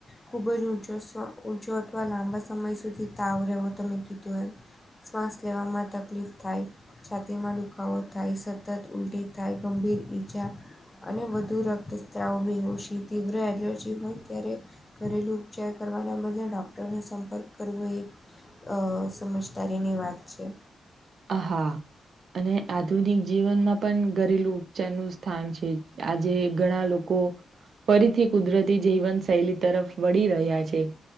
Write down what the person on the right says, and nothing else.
હ હા અને આધુનિક જીવનમાં પણ ઘરેલુ ઉપચાર નું સ્થાન છે, આજે ઘણા લોકો લોકો ફરીથી કુદરતી જીવન શૈલી તરફ વળી રહ્યા છે.